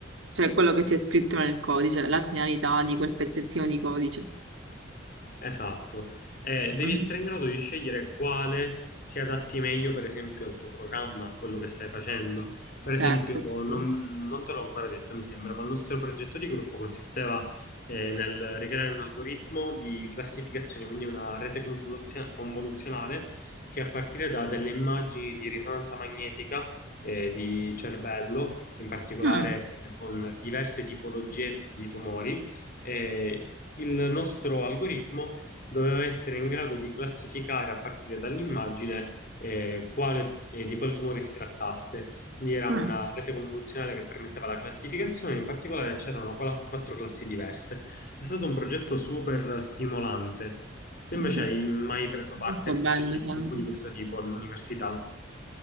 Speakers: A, on the right; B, on the left.
A: cioè quello che c'è scritto nel codice, la finalità di quel pezzettino di codice.
B: Esatto, Eh, devi
A: Mm,
B: essere in grado di scegliere quale si adatti meglio, per esempio, al tuo programma, a quello che stai facendo. Per esempio,
A: certo.
B: non,
A: sì.
B: non te l'ho ancora detto, mi sembra, ma il nostro progetto di gruppo consisteva, eh, nel ricreare un algoritmo di classificazione, quindi una rete convoluzio- convoluzionale che a partire da delle immagini di risonanza magnetica, eh, di cervello, in particolare
A: Mm,
B: eh, con diverse tipologie di tumori, eh, il nostro algoritmo doveva essere in grado di classificare a partire dall'immagine eh, quale- eh, di quale tumore si trattasse. Quindi era
A: mm,
B: una rete convoluzionale che permetteva la classificazione, in particolare c'erano qua- quattro classi diverse. È stato un progetto super stimolante. Tu
A: mm.
B: invece hai mai preso
A: Molto
B: parte a
A: bello,
B: progetti
A: sembra.
B: di gruppo di questo tipo all'università?